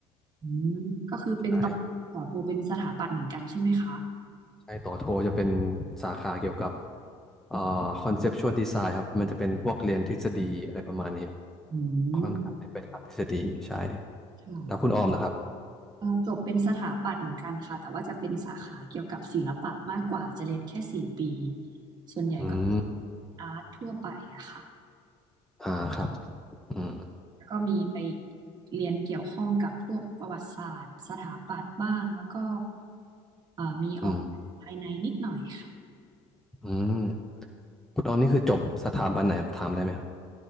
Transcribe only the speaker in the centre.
ใช่ใช่ต่อโทจะเป็นสาขาเกี่ยวกับเอ่อคอนเซปชวลดีไซน์ครับมันจะเป็นพวกเรียนทฤษฎีอะไรประมาณเนี้ย
ค่อนข้างจะเป็นทางทฤษฎีใช่
แล้วคุณออมนะครับ
อืม
อ่าครับอืม
อืมอืม คุณออมนี่คือจบสถาบันไหนครับถามได้ไหมครับ